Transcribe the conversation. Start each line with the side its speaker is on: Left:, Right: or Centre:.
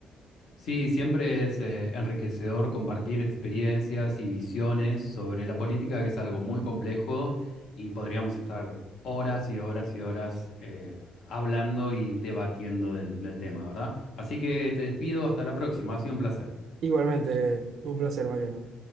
Left: Sí, siempre es eh, enriquecedor compartir experiencias y visiones sobre la política, que es algo muy complejo y podríamos estar horas y horas y horas eh, hablando y debatiendo del, del tema, ¿verdad? Así que te despido, hasta la próxima, ha sido un placer.
Right: Igualmente, un placer, Mariano.